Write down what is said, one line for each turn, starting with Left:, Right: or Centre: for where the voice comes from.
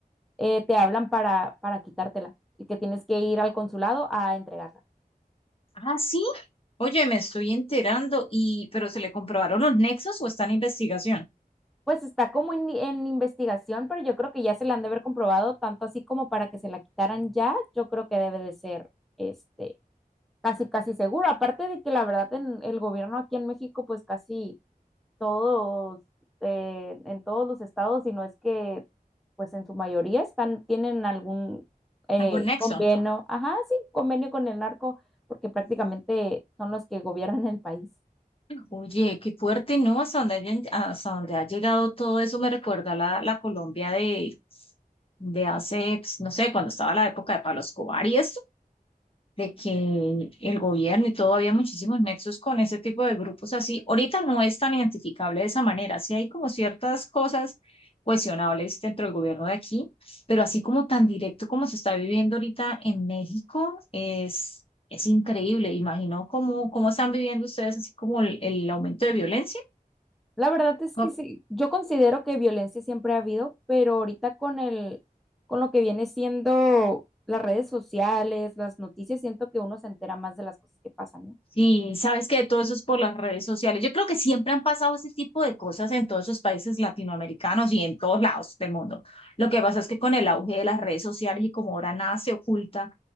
Centre: eh, te hablan para, para quitártela y que tienes que ir al consulado a entregarla.
Left: Ah, sí. Oye, me estoy enterando, y, pero ¿se le comprobaron los nexos o está en investigación?
Centre: pues está como in- en investigación, pero yo creo que ya se la han de haber comprobado, tanto así como para que se la quitaran ya, yo creo que debe de ser este casi casi seguro. Aparte de que la verdad en el gobierno aquí en México, pues casi todos, eh, en todos los estados, si no es que pues en su mayoría están, tienen algún eh,
Left: ¿Algún nexo?
Centre: convenio, ajá, sí, convenio con el narco, porque prácticamente son los que gobiernan el país.
Left: Oye, qué fuerte, ¿no? Hasta donde, hayan- hasta donde ha llegado todo eso me recuerda la, la Colombia de, de hace, pues, no sé, cuando estaba la época de Pablo Escobar y esto. de que el gobierno y todo había muchísimos nexos con ese tipo de grupos así. Ahorita no es tan identificable de esa manera, sí hay como ciertas cosas cuestionables dentro del gobierno de aquí, pero así como tan directo como se está viviendo ahorita en México, es, es increíble. Imagino cómo, cómo están viviendo ustedes así como el, el aumento de violencia.
Centre: La verdad es que
Left: No
Centre: sí, yo considero que violencia siempre ha habido, pero ahorita con el, con lo que viene siendo las redes sociales, las noticias, siento que uno se entera más de las cosas que pasan, ¿no?
Left: Sí, sabes que todo eso es por las redes sociales. Yo creo que siempre han pasado ese tipo de cosas en todos esos países latinoamericanos y en todos lados del mundo. Lo que pasa es que con el auge de las redes sociales y como ahora nada se oculta,